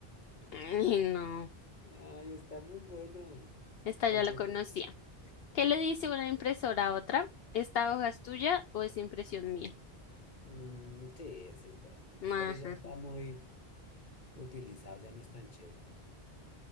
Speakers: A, on the left; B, on the left.
A: Ay, no.
B: Ay, está muy bueno.
A: Esta
B: Porque,
A: ya lo conocía. ¿Qué
B: a
A: le
B: ver,
A: dice una impresora a otra? ¿Esta hoja es tuya o es impresión mía?
B: mm, sí, ese es bueno.
A: Ajá,
B: Pero ya está
A: ajá.
B: muy utilizado, ya no es tan chévere.